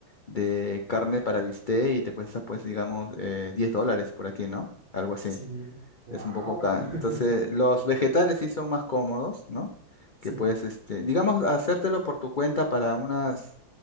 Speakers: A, on the left; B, on the right.
A: de carne para bistec y te cuesta, pues, digamos, eh, 10 dólares por aquí, ¿no? Algo así.
B: Sí, wow.
A: Es un poco caro.
B: <laughs>
A: Entonces, los vegetales sí son más cómodos, ¿no?
B: Sí,
A: Que puedes, este, digamos, hacértelo por tu cuenta para unas